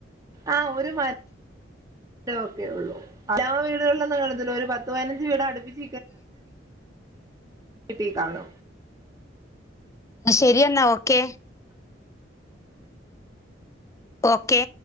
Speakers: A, on the right (about 20°); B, on the left (about 15°).
A: ആഹ് ഒരു മരം എല്ലാ വീടുകളിലൊന്നും കണതില്ല ഒരു പത്ത് പതിനഞ്ച് വീട് അടുപ്പിച്ച വീട്ടിൽ കാണം <unintelligible>
B: ശരിയെന്നാ ഓക്കെ ഓക്കെ